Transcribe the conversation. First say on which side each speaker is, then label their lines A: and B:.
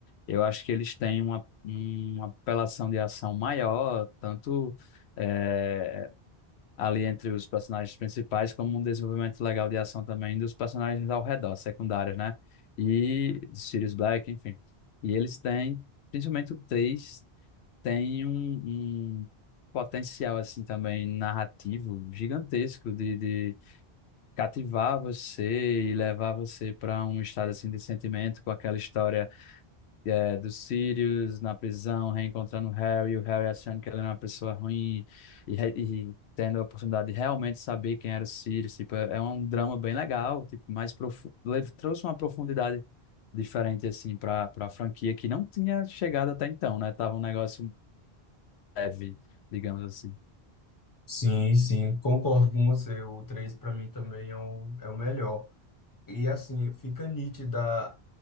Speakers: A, on the left; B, on the left.
A: Eu acho que eles têm uma, uma apelação de ação maior, tanto eh, ali entre os personagens principais, como um desenvolvimento legal de ação também dos personagens ao redor, secundários, né? E do Sirius Black, enfim. E eles têm, principalmente o Tails, tem um, um potencial, assim, também narrativo gigantesco de, de cativar você e levar você para um estado, assim, de sentimento com aquela história é, do Sirius na prisão, reencontrando o Harry, e o Harry achando que ela era uma pessoa ruim e, re- e tendo a oportunidade de realmente saber quem era o Sirius. Tipo, é é um drama bem legal, tipo, mais profundo, trouxe uma profundidade diferente assim para para a franquia que não tinha chegado até então, né? Tava um negócio leve, digamos assim.
B: Sim, sim, concordo com você. O 3 para mim também é o, é o melhor. E assim, fica nítida